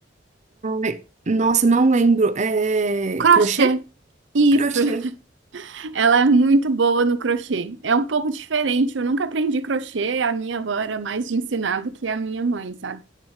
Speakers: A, on the right; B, on the right.
A: Ai, Nossa, não lembro. É
B: Crochê.
A: crochê?
B: Isso.
A: Crochê.
B: <laughs> Ela é muito boa no crochê. É um pouco diferente, eu nunca aprendi crochê, a minha avó era mais de ensinar do que a minha mãe, sabe?